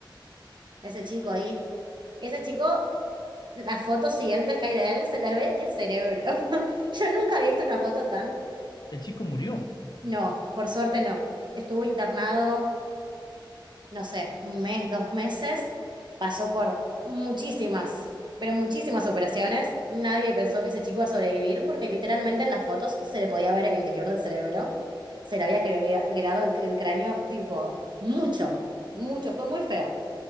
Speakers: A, on the right; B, on the left.
A: a ese chico ahí. Ese chico, las fotos siguientes que hay de él, se les ve el cerebro. <laughs> Yo nunca había visto una foto tan...
B: El chico murió.
A: No, por suerte no. Estuvo internado. no sé, un mes, dos meses, pasó por muchísimas, pero muchísimas operaciones. Nadie pensó que ese chico iba a sobrevivir porque literalmente en las fotos se le podía ver el interior del cerebro. Se le había cre- creado el, el cráneo tipo mucho, mucho, fue muy feo.